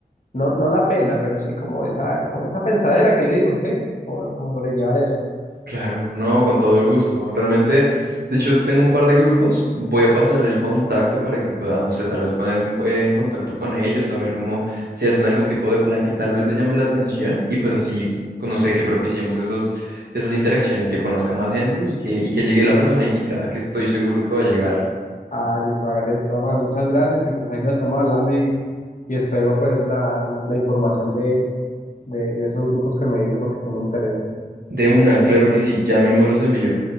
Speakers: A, on the left; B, on the right.
A: no, no la pena, pero sí como esa, como esa pensadera que le digo, sí, como, como sobrellevar eso.
B: Claro, no, con todo el gusto. Realmente, de hecho, tengo un par de grupos. Voy a pasarle el contacto para que pueda, no sé, tal vez ponerse en, co- en contacto con ellos, a ver cómo, si hacen algún tipo de plan que tal vez le llame la atención y pues así, con- no sé, que propiciemos esos, esas interacciones, que conozca más gente y que, y que llegue la persona indicada, que estoy seguro que va a llegar.
A: Ah, listo, hágale de todas maneras, muchas gracias y pues ahí nos estamos hablando y, y espero pues la, la, la información de, de, de esos grupos que me dice porque sí me interesa.
B: De una, claro que sí, ya mismo los envío.